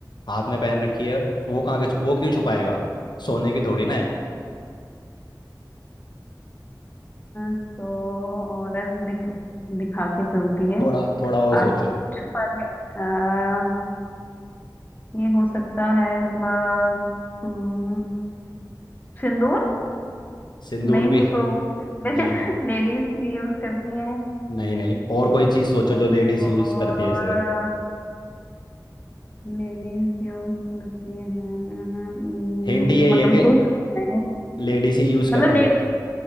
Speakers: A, on the left; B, on the left.
A: हाथ में पहन रखी है वो कहाँ के छु- वो क्यों छुपाएगा सोने की थोड़ी ना है
B: तो औरत दिख, दिखा के चलती है
A: थोड़ा थोड़ा और सोचो
B: आदमी छुपा के आ, ये हो सकता है मतलब हम्म, सिंदूर
A: सिंदूर
B: नहीं वो
A: भी
B: तो
A: नहीं
B: <laughs>
A: नहीं
B: लेडीज ही यूज करती हैं
A: नहीं नहीं और कोई चीज सोचो
B: और
A: जो लेडीज यूज करती
B: और
A: है सिर्फ
B: लेडीज यूज करती हैं हम्म,
A: हिंट यही
B: मंगलसूत्र
A: है कि
B: नहीं
A: लेडीज ही यूज करती
B: मतलब
A: है वो चीज़।